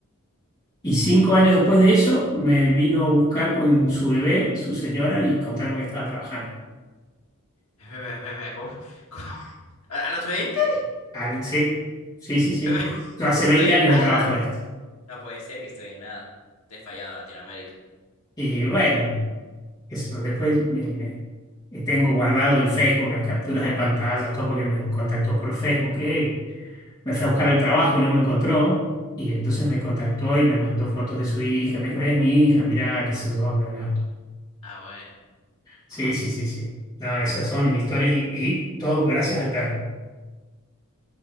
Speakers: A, on the left; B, on the left.
A: Y cinco años después de eso me vino a buscar con su bebé, su señora, y contarme que estaba trabajando.
B: <laughs> Ve, ve, ve, ve, ¿Cómo- cómo- ¿A a los 20?
A: Al- sí, sí, sí, sí.
B: <laughs>
A: Yo hace
B: Estoy
A: 20
B: en
A: años
B: nada.
A: que trabajo de esto.
B: No puede ser que estoy en nada. Te he fallado a Latinoamérica.
A: Y bueno, eso, después eh, eh, tengo guardado el Facebook, las capturas de pantallas, todo porque me contactó por Facebook, eh, me fue a buscar al trabajo y no me encontró. Y entonces me contactó y me mandó fotos de su hija. Me dijo, es mi hija, mirá, qué sé yo, bla, bla.
B: Ah, bueno.
A: Sí, sí, sí, sí. No, esas son historias y, y todo gracias al perro.